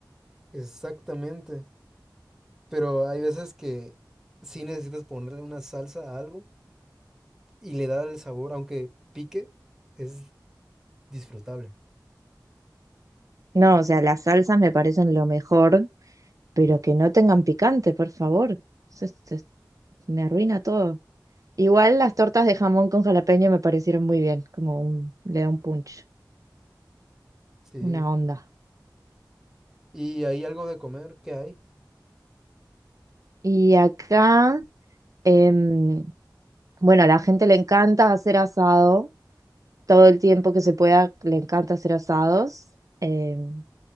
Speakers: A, in the centre; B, on the right.
A: <laughs> Exactamente. Pero hay veces que sí necesitas ponerle una salsa a algo y le da el sabor, aunque pique, es disfrutable.
B: No, o sea, las salsas me parecen lo mejor, pero que no tengan picante, por favor. Eso es- es- me arruina todo. Igual las tortas de jamón con jalapeño me parecieron muy bien, como un, le da un punch,
A: Sí.
B: una onda.
A: Y hay algo de comer que hay.
B: Y acá, em, bueno, a la gente le encanta hacer asado todo el tiempo que se pueda, le encanta hacer asados. em,